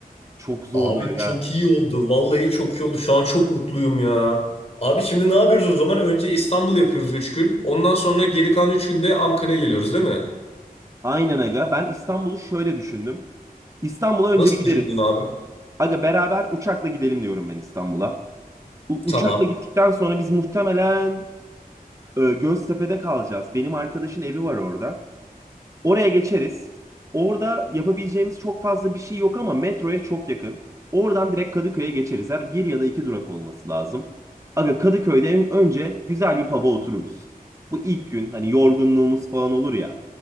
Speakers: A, on the right (about 20°); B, on the left (about 40°).
A: Çok zordu
B: Abi
A: aga.
B: çok iyi oldu. Vallahi çok iyi oldu. Şu an çok mutluyum ya. Abi şimdi ne yapıyoruz o zaman? Önce İstanbul yapıyoruz 3 gün. Ondan sonra geri kalan 3 günde Ankara'ya geliyoruz değil mi?
A: Aynen aga. Ben İstanbul'u şöyle düşündüm. İstanbul'a önce
B: Nasıl
A: bir gideriz.
B: düşündün abi?
A: Aga beraber uçakla gidelim diyorum ben İstanbul'a. U- uçakla
B: Tamam.
A: gittikten sonra biz muhtemelen e, Göztepe'de kalacağız. Benim arkadaşın evi var orada. Oraya geçeriz. Orada yapabileceğimiz çok fazla bir şey yok ama metroya çok yakın. Oradan direkt Kadıköy'e geçeriz. Her bir ya da iki durak olması lazım. Aga Kadıköy'de en- önce güzel bir pub'a otururuz. Bu ilk gün hani yorgunluğumuz falan olur ya.